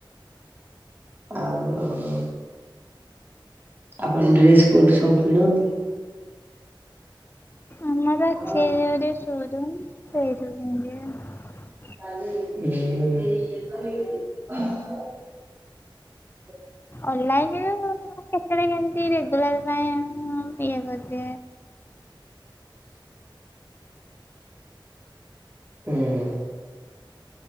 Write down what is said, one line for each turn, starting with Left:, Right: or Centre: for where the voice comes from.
Right: ଆଉ କଣ? ଆପଣ ଡ୍ରେସ କୋଉଠୁ ସବୁ କିଣନ୍ତି?
Left: ଆମର ଅଛି
Right: ହୁଁ
Left: ଏଇ ଗୋଟେ ସୋରୁମ୍ ସେଇଠୁ କିନିଦିଏ ଆଉ।
Right: ଉହୁ।
Left: ଅନଲାଇନରେ କେତେବେଳେ କେମତି ରେଗୁଲାର ପାଇଁ ଇଏ କରିଦିଏ।
Right: ଉହୁଁ।